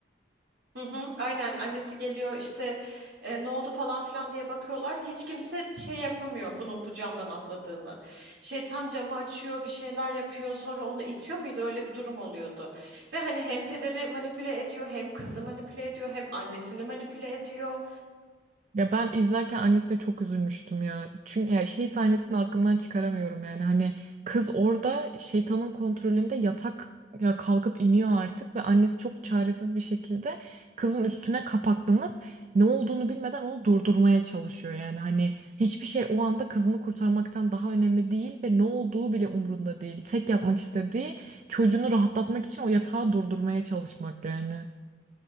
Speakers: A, on the right; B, on the right.
A: Hı hı, aynen annesi geliyor işte e, ne oldu falan filan diye bakıyorlar. Hiç kimse şey yapamıyor bunun bu camdan atladığını. Şeytan camı açıyor bir şeyler yapıyor sonra onu itiyor muydu öyle bir durum oluyordu. Ve hani hem pederi manipüle ediyor hem kızı manipüle ediyor hem annesini manipüle ediyor.
B: Ya ben izlerken annesine çok üzülmüştüm ya. Çünkü ya şey sahnesini aklımdan çıkaramıyorum yani. Hani kız orada şeytanın kontrolünde yatak ya kalkıp iniyor artık ve annesi çok çaresiz bir şekilde kızın üstüne kapaklanıp ne olduğunu bilmeden onu durdurmaya çalışıyor yani. Hani hiçbir şey o anda kızını kurtarmaktan daha önemli değil ve ne olduğu bile umrunda değil. Tek yapmak istediği çocuğunu rahatlatmak için o yatağı durdurmaya çalışmak yani.